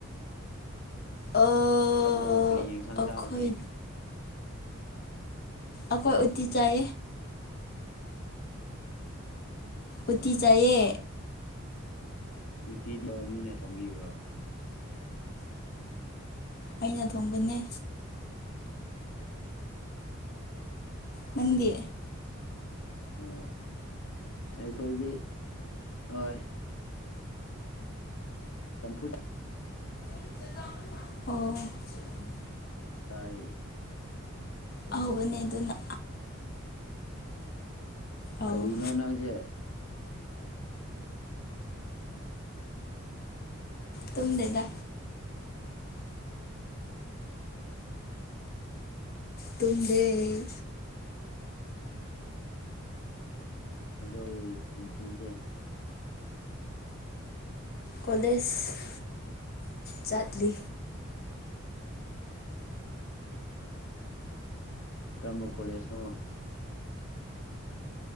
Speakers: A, on the left (about 50°); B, on the left (about 75°).
A: ꯑꯥ
B: ꯆꯥꯕꯅꯣꯃ ꯀꯔꯤ ꯌꯦꯟꯁꯥꯡ
A: ꯑꯩꯈꯣꯏ
B: ꯆꯥꯕꯅꯣ
A: ꯑꯩꯈꯣꯏ ꯎꯠꯇꯤ ꯆꯥꯏ ꯎꯊꯤ ꯆꯌꯦ
B: ꯎꯠꯇꯤꯗꯕ ꯃꯤꯅ ꯊꯣꯡꯕꯤꯕ꯭ꯔꯣ
A: ꯑꯩꯅ ꯊꯣꯡꯕꯅꯦ ꯅꯪꯗꯤ
B: ꯎ ꯑꯩꯈꯣꯏꯗꯤ ꯍꯣꯏ ꯆꯝꯐꯨ
A: ꯑꯣ
B: ꯇꯥꯏꯌꯦ
A: ꯍꯍꯧꯕꯅꯦ ꯑꯗꯨꯅ ꯑꯧ
B: ꯀꯔꯤꯅꯣ ꯅꯪꯁꯦ
A: ꯇꯨꯝꯗꯗ ꯇꯗꯩ
B: ꯑꯗꯣ ꯑꯩ ꯄꯨꯟꯁꯤꯁꯦ
A: ꯀꯣꯗꯦꯁ ꯆꯠꯂꯤ
B: <inaudible> ꯀꯔꯝꯕ ꯀꯣꯂꯦꯖꯅꯣ